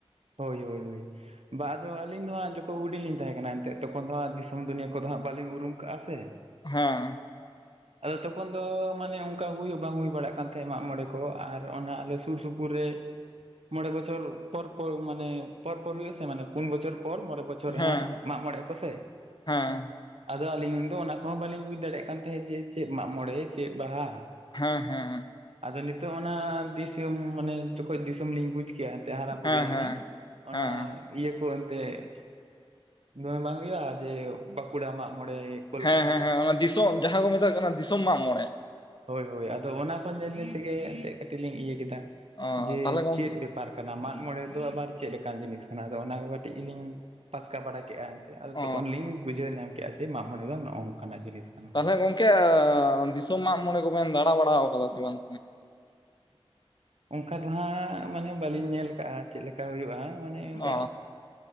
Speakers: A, on the right (about 80°); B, on the left (about 45°).
A: ᱦᱳᱭ ᱦᱳᱭ ᱦᱳᱭ ᱵᱟ ᱟᱫᱚ ᱟᱹᱞᱤᱧ ᱫᱚ ᱦᱟᱸᱜ ᱡᱚᱠᱷᱚᱱ ᱦᱩᱸᱰᱤᱧ ᱞᱤᱧ ᱛᱟᱦᱮᱸ ᱠᱟᱱᱟ ᱮᱱᱛᱮ ᱛᱚᱠᱷᱚᱱ ᱫᱚ ᱦᱟᱸᱜ ᱫᱤᱥᱚᱢ ᱫᱩᱱᱤᱭᱟᱹ ᱠᱚᱫᱚ ᱦᱟᱸᱜ ᱵᱟᱹᱞᱤᱧ ᱩᱨᱩᱢ ᱠᱟᱜᱼᱟ ᱥᱮ
B: ᱦᱮᱸ
A: ᱟᱫᱚ ᱛᱚᱠᱷᱚᱱ ᱫᱚ ᱢᱟᱱᱮ ᱚᱱᱠᱟ ᱦᱩᱭ ᱦᱚᱸ ᱵᱟᱝ ᱦᱩᱭ ᱵᱟᱲᱟᱜ ᱠᱟᱱ ᱛᱟᱦᱮᱸᱜ ᱢᱟᱸᱜᱽ ᱢᱚᱬᱮᱸ ᱠᱚ ᱟᱨ ᱚᱱᱟ ᱟᱞᱮ ᱥᱩᱨ ᱥᱩᱯᱩᱨ ᱨᱮ ᱢᱚᱬᱮᱸ ᱵᱚᱪᱷᱚᱨ ᱯᱚᱨ ᱢᱟᱱᱮ ᱯᱚᱨ ᱯᱚᱨ ᱦᱩᱭᱩᱜᱼᱟ ᱥᱮ ᱢᱟᱱᱮ ᱯᱩᱱ ᱵᱚᱪᱷᱚᱨ ᱯᱚᱨ ᱢᱚᱬᱮᱸ ᱵᱚᱪᱷᱚᱨ ᱵᱚᱪᱷᱚᱨ ᱨᱮ
B: ᱦᱮᱸ
A: ᱦᱟᱸᱜ ᱢᱟᱸᱜᱽ ᱢᱚᱬᱮᱸ ᱟᱠᱚ ᱥᱮ
B: ᱦᱮᱸ
A: ᱟᱫᱚ ᱟᱹᱞᱤᱧ ᱫᱚ ᱚᱱᱟ ᱠᱚᱦᱚᱸ ᱵᱟᱹᱞᱤᱧ ᱵᱩᱡ ᱫᱟᱲᱮᱭᱟᱜ ᱠᱟᱱ ᱛᱟᱦᱮᱸᱫ ᱡᱮ ᱪᱮᱫ ᱢᱟᱸᱜᱽ ᱢᱚᱬᱮᱸ ᱪᱮᱫ ᱵᱟᱦᱟ
B: ᱦᱮᱸ ᱦᱮᱸ
A: ᱟᱫᱚ ᱱᱤᱛᱚᱜ ᱚᱱᱟ ᱫᱤᱥᱚᱢ ᱢᱟᱱᱮ ᱡᱚᱠᱷᱚᱡ ᱫᱤᱥᱚᱢ ᱞᱤᱧ ᱵᱩᱡ ᱠᱮᱭᱟ ᱮᱱ <unintelligible>
B: ᱦᱮᱸ ᱦᱮᱸ
A: ᱚᱱᱟ
B: ᱦᱮᱸ
A: ᱤᱭᱟᱹ ᱠᱚ ᱮᱱᱛᱮᱫ ᱫᱚᱢᱮ ᱵᱟᱝ ᱦᱩᱭᱩᱜᱼᱟ ᱡᱮ ᱵᱟᱸᱠᱩᱲᱟ ᱢᱟᱸᱜᱽ ᱢᱚᱬᱮᱸ
B: ᱦᱮᱸ ᱦᱮᱸ ᱦᱮᱸ ᱚᱱᱟ ᱫᱤᱥᱚᱢ ᱡᱟᱦᱟᱸ ᱠᱚ ᱢᱮᱛᱟᱜ ᱠᱟᱱᱟ ᱫᱤᱥᱚᱢ ᱢᱟᱸᱜᱽ ᱢᱚᱬᱮᱸ
A: ᱦᱳᱭ ᱦᱳᱭ ᱟᱫᱚ ᱚᱱᱟ ᱠᱚ ᱧᱮᱞ ᱧᱮᱞ ᱛᱮᱜᱮ ᱮᱱᱛᱮ ᱠᱟᱹᱴᱤᱡ ᱞᱤᱧ ᱤᱭᱟᱹ ᱠᱮᱫᱟ
B: ᱚ
A: ᱡᱮ
B: ᱛᱟᱦᱚᱞᱮ ᱜᱚᱝ
A: ᱪᱮᱫ ᱵᱮᱯᱟᱨ ᱵᱮᱯᱟᱨ ᱠᱟᱱᱟ ᱢᱟᱸᱜᱽ ᱢᱚᱬᱮᱸ ᱫᱚ ᱟᱵᱟᱨ ᱪᱮᱫ ᱞᱮᱠᱟᱱ ᱡᱤᱱᱤᱥ ᱠᱟᱱᱟ ᱟᱫᱚ ᱚᱱᱟ ᱠᱟᱹᱴᱤᱡ ᱜᱮ ᱞᱤᱧ ᱯᱟᱥᱠᱟ ᱵᱟᱲᱟ ᱠᱮᱫᱼᱟ ᱟᱫᱚ
B: ᱚ
A: ᱛᱚᱠᱷᱚᱱ ᱞᱤᱧ ᱵᱩᱡᱷᱟᱹᱣ ᱧᱟᱢ ᱠᱮᱫᱼᱟ ᱡᱮ ᱢᱟᱸᱜᱽ ᱢᱚᱬᱮᱸ ᱫᱚ ᱱᱚᱼᱚᱝᱠᱟᱱᱟᱜ ᱡᱤᱱᱤᱥ ᱠᱟᱱᱟ
B: ᱛᱟᱦᱟᱞᱮ ᱜᱚᱝᱠᱮ ᱫᱤᱥᱚᱢ ᱢᱟᱸᱜᱽ ᱢᱚᱬᱮᱸ ᱠᱚᱵᱮᱱ ᱫᱟᱲᱟ ᱵᱟᱲᱟ ᱟᱠᱟᱫᱟ ᱥᱮ ᱵᱟᱝ
A: ᱚᱱᱠᱟ ᱫᱚ ᱦᱟᱸᱜ ᱢᱟᱱᱮ ᱵᱟᱹᱞᱤᱧ ᱧᱮᱞ ᱠᱟᱜᱼᱟ ᱪᱮᱫ ᱞᱮᱠᱟ ᱦᱩᱭᱩᱜᱼᱟ ᱢᱟᱱᱮ ᱚᱱᱠᱟ
B: ᱚ